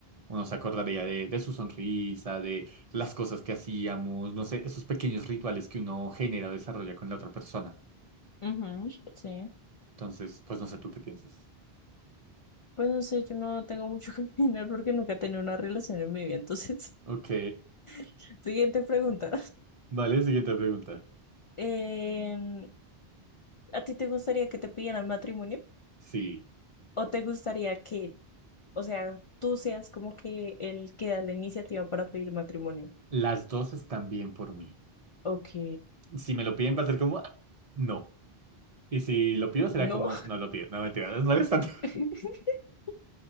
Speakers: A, on the right; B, on the left.
A: Uno se acordaría de, de su sonrisa, de las cosas que hacíamos, no sé, esos pequeños rituales que uno genera o desarrolla con la otra persona.
B: ujú, sí.
A: Entonces, pues no sé tú qué piensas.
B: Pues no sé, yo no tengo mucho <laughs> que opinar porque nunca he tenido una relación en mi vida, entonces,
A: Ok,
B: <laughs> siguiente pregunta.
A: vale, siguiente pregunta.
B: Em, ¿a ti te gustaría que te pidieran matrimonio?
A: Sí,
B: ¿O te gustaría que, o sea, tú seas como que el que da la iniciativa para pedir matrimonio?
A: las dos están bien por mí.
B: Ok,
A: Si me lo piden va a ser como, "Ah, no. Y si lo pido será
B: no.
A: como, no lo pido, no me es molestando. <laughs>
B: <laughs>